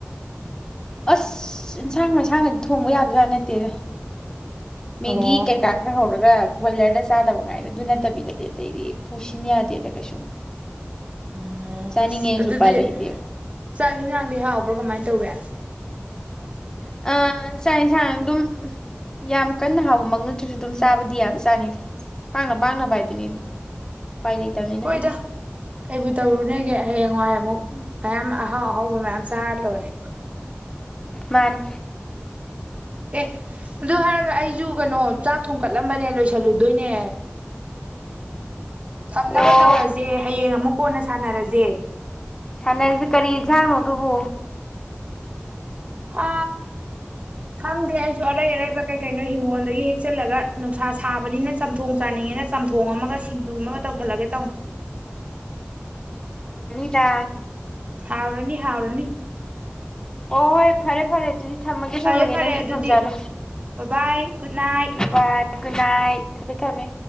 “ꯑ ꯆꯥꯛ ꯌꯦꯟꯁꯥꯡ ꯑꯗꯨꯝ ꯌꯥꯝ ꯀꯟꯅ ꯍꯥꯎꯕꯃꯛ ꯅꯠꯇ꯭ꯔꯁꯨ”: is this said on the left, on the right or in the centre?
Left